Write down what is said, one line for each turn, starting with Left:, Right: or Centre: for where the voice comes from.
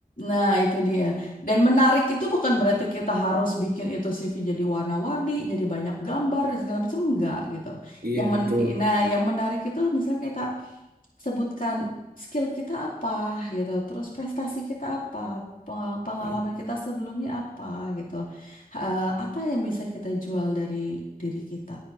Left: Nah, itu dia. Dan menarik itu bukan berarti kita harus bikin itu CV jadi warna-warni, jadi banyak gambar dan segala macam enggak gitu.
Right: Iya
Left: Yang men
Right: betul.
Left: nah, yang menarik itu misalnya kita sebutkan skill kita apa gitu, terus prestasi kita apa, peng- pengalaman
Right: Mm.
Left: kita sebelumnya apa gitu. Eh, apa yang bisa kita jual dari diri kita?